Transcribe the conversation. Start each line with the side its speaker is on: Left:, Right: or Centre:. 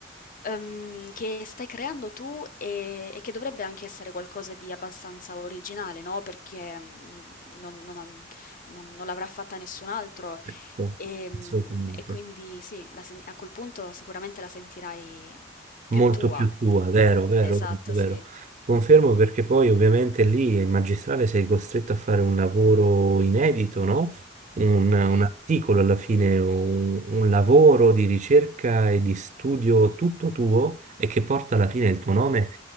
Left: ehm, che stai creando tu e, e che dovrebbe anche essere qualcosa di abbastanza originale, no? Perché mm, non, non ha- non- non l'avrà fatta nessun altro
Right: Certo,
Left: e, mm,
Right: assolutamente.
Left: e quindi sì, la sen- a quel punto sicuramente la sentirai più
Right: Molto
Left: tua.
Right: più tua, vero, vero,
Left: Esatto,
Right: vero, vero.
Left: sì.
Right: Confermo perché poi ovviamente lì in magistrale sei costretto a fare un lavoro inedito, no? Un, un
Left: Mm.
Right: articolo alla fine, un, un lavoro di ricerca e di studio tutto tuo e che porta alla fine il tuo nome